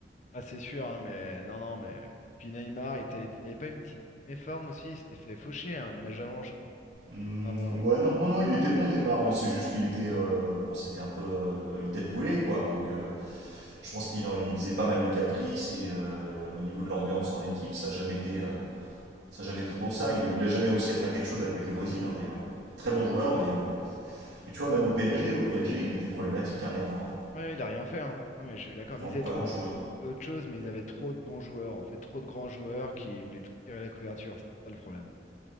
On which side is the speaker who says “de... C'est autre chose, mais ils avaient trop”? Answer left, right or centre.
Left